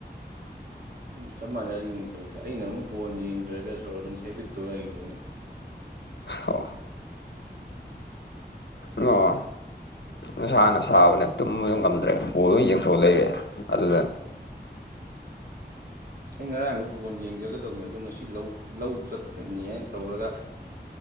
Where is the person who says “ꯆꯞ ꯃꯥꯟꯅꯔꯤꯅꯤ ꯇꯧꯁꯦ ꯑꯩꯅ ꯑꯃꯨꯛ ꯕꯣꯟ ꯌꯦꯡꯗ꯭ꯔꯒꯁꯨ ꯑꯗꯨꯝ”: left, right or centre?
Right